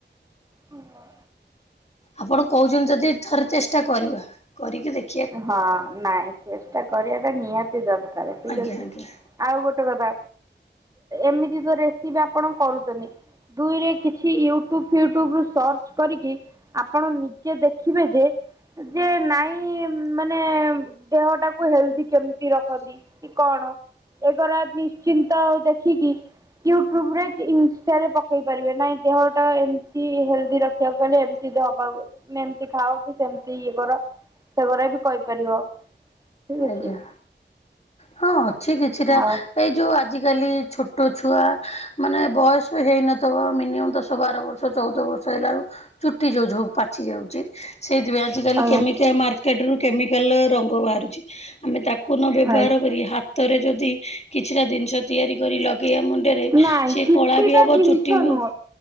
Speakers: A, on the right; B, on the left.
A: ହ।
B: ଆପଣ କହୁଛନ୍ତି ଯଦି ଥରେ ଚେଷ୍ଟା କରିବା କରିକି ଦେଖ
A: ହଁ ନାଇଁ ଚେଷ୍ଟା କରିବା ଟା ନିହାତି ଦରକାର ଠିକ
B: ଆଜ୍ଞା
A: ଅଛି।
B: ଆଜ୍ଞା
A: ଆଉ ଗୋଟେ କଥା ଏମିତି ତ ରେସିପି ଆପଣ କରୁଛନ୍ତି ଦୁଇରେ କିଛି ୟୁଟ୍ୟୁବ ଫ୍ୟୁଟ୍ୟୁବ ରୁ ସର୍ଚ୍ଚ କରିକି ଆପଣ ନିଜେ ଦେଖିବେ ଯେ ଯେ ନାଇଁ ମାନେ ଦେହ ଟାକୁ ହେଲ୍ଦି କେମତି ରଖନ୍ତି କି କଣ? ଏଗରା ନିଶ୍ଚିନ୍ତ ଦେଖିକି ୟୁଟ୍ୟୁବରେ କି ଇନଷ୍ଟାରେ ପକେଇ ପାରିବେ ନାହିଁ ଦେହଟା ଏମିତି ହେଲ୍ଦି ରଖିବାକୁ ଗଲେ ହବାକୁ ଏମିତି ଖାଅ କି ସେମତି ଇଏ କର ସେଗରା ବି କହିପାରିବ। ଠିକ ଅଛି
B: ଆଜ୍ଞା ହଁ ଅଛି କିଛିଟା।
A: ଆଉ
B: ଏଇ ଯେଉଁ ଆଜିକାଲି ଛୋଟ ଛୁଆ ମାନେ ବୟସ ବି ହେଇନଥିବ ମିନିମମ୍ ଦଶ ବାର ବର୍ଷ ଦଶ ଚଉଦ ବର୍ଷ ହେଲାରୁ ଚୁଟି ଯେଉଁ ପାଚି ଯାଉଛି। ସେଇଥି ପାଇଁ ଆଜିକାଲି
A: ଆଜ୍ଞା
B: କେମିକାଲ୍ ମାର୍କେଟ ରୁ କେମିକାଲ ରଙ୍ଗ ବାହାରୁଛି ଆମେ ତାକୁ ନ ବ୍ୟବହାର
A: ଆଜ୍ଞା
B: କରି ହାତରେ ଯଦି କିଛିଟା ଜିନିଷ ତିଆରି କରି ଲଗେଇବା ମୁଣ୍ଡରେ
A: ନାଇଁ
B: ସେ
A: କିଛିଟା
B: କଳା ବି ହେବ
A: ଜିନିଷ
B: ଚୁଟି ବି
A: ନୁହଁ।